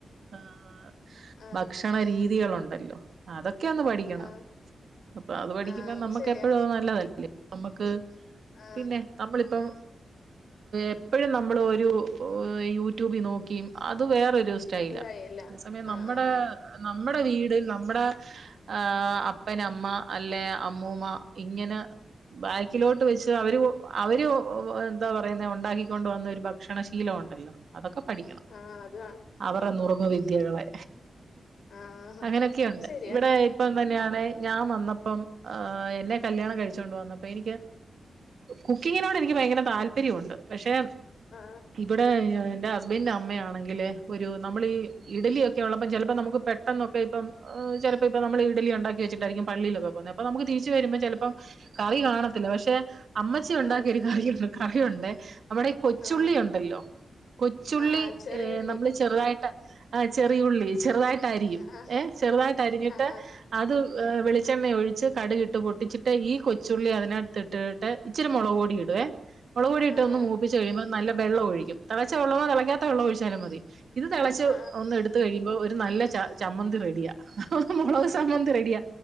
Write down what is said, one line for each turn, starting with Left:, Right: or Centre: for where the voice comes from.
Right: ആഹ്-
Left: ആ
Right: ഭക്ഷണ രീതികളുണ്ടല്ലോ അതൊക്കെയ ഒന്ന് പഠിക്കണം.
Left: ആ
Right: അപ്പൊ അത് പഠിക്കുമ്പ
Left: ആ അത്
Right: നമ്മുക്ക്
Left: ശരിയാ
Right: എപ്പോഴും അത് നല്ലതല്ല്യോ നമ്മുക്ക്
Left: ആ
Right: പിന്നെ നമ്മളിപ്പം എപ്പോഴും നമ്മള് ഒരു യൂട്യൂബിൽ നോക്കി അത് വേറൊരു സ്റ്റൈലാ
Left: അത് കഴിയില്ല
Right: അതേ സമയം
Left: ആ
Right: നമ്മുടെ
Left: ആ
Right: നമ്മടെ വീട് നമ്മെടെ ആഹ് അപ്പനമ്മ അല്ലെ അമ്മൂമ്മ ഇങ്ങനെ ബാക്കിലോട്ട് വെച്ച് അവര് അവര് എന്താ പറയുന്ന ഉണ്ടാക്കിക്കൊണ്ട വന്ന ഒരു ഭക്ഷണശീലം ഉണ്ടല്ലോ. അതൊക്കെ പഠിക്കണം.
Left: ആഹ് അത്അ
Right: അവരെ നുറുങ്ങു വിദ്യകളെ.
Left: ആ
Right: അങ്ങനൊക്കെയുണ്ട്.
Left: അത് ശരിയാ
Right: ഇവിടെ ഇപ്പം തന്നെയാണേ ഞാൻ വന്നപ്പം അഹ് എന്നെ കല്യാണം കഴിച്ചോണ്ട് വന്നപ്പോ എനിക്ക് കുക്കിങ്ങിനോട് എനിക്ക് ഭയങ്കര താല്പര്യമുണ്ട് പക്ഷെ
Left: ആ
Right: ഇവിടെ യൊ എന്റെ ഹസ്ബൻഡന്റെ അമ്മയാ ങ്കില് ഒരു നമ്മൾ ഈ ഇഡലിക്കെ ഉള്ളപ്പ ചെലപ്പോ നമുക്ക് പെട്ടെന്നൊക്കെ ഇപ്പം ചലപ്പോ ഇപ്പം നമ്മള് ഇഡലിണ്ടക്കി വെച്ചിട്ടരിക്കും പള്ളിയിലൊക്കെ പോന്നെ അപ്പ നമക്ക് തിരിച്ച വരുമ്പോ ചെലപ്പം കറി കാണത്തില്ല പക്ഷെ അമ്മച്ചി ഉണ്ടാക്കിയ
Left: ആ
Right: ഒരു കറിയുണ്ട് കറിയൊണ്ടെ- നമ്മടെ കൊച്ചുള്ളി
Left: ആ
Right: ഒണ്ടല്ലോ കൊച്ചുള്ളി
Left: ആ ആ ചെറിയുള്ളി
Right: എ നമ്മള് ചെറുതായിട്ട് അ ചെറിയുള്ളി ചെറുതായിട്ട് അരിയും
Left: ആ ആ
Right: ഏഹ് ചെറുതായിട്ട് അരിഞ്ഞിട്ട്
Left: ആ ആ
Right: അത് വെളിച്ചെണ്ണയ ഒഴിച്ച് കടുകിട്ട് പൊട്ടിച്ചിട്ട് ഈ കൊച്ചുള്ളി അതിനത്ത്ട്ടിട്ട്. ഇച്ചിരി മൊളൊടിയിടുവേ- മൊളൊടിട്ടൊന്ന്
Left: ആ ആ
Right: മൂപ്പിച്ച കഴിയുമോ നല്ല വെള്ള ഒഴിക്കും. തിളച്ച വെള്ളമോതിള ക്കാത്ത വെള്ളം ഒഴിച്ചാലും മതി. ഇത് തെളച്ച്
Left: ആ ആ
Right: ഒന്ന് എടുത്ത കഴിയുമ്പോ ഒരു നല്ല ച ചമ്മന്തി റെഡിയ മൊളവ് ചമ്മന്തി റെഡിയാ.